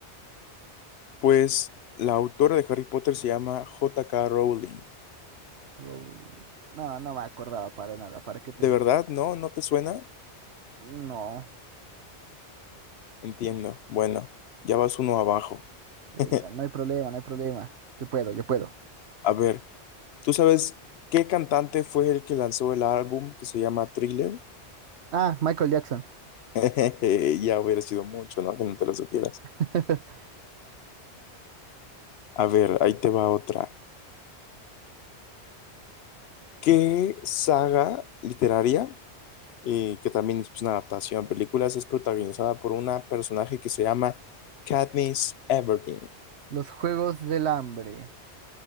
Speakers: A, on the left (about 70°); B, on the right (about 70°).
A: Pues la autora de Harry Potter se llama J.K. Rowling.
B: Rowling. No, no me acordaba para nada, ¿para qué
A: ¿De
B: te miento?
A: verdad, no? ¿No te suena?
B: No,
A: Entiendo. Bueno, ya vas uno abajo.
B: venga,
A: <laughs>
B: no hay problema, no hay problema. Yo puedo, yo puedo.
A: A ver, ¿tú sabes qué cantante fue el que lanzó el álbum que se llama Thriller?
B: Ah, Michael Jackson.
A: <laughs> Ya hubiera sido mucho, ¿no? Que no te lo supieras.
B: <laughs>
A: A ver, ahí te va otra. ¿Qué saga literaria, eh, que también es pues, una adaptación a películas, es protagonizada por una personaje que se llama Katniss Everdeen?
B: Los Juegos del Hambre.